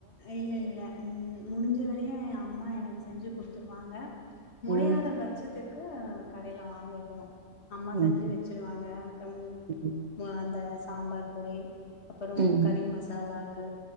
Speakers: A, on the left; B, on the right.
A: இல்லெல்ல ம் முடிஞ்ச வரையு எ அம்மா எனக்கு செஞ்சு குட்த்துருவாங்க முடியாத
B: ம்
A: பட்சத்துக்கு கடைல வாங்கிக்குவோ அம்மா
B: ம்
A: செஞ்சு வச்சிருவாங்க <unintelligible>
B: ம்
A: ஆ அந்த சாம்பார் பொடி அப்பறோ
B: ம்
A: கறி மசாலாக்கு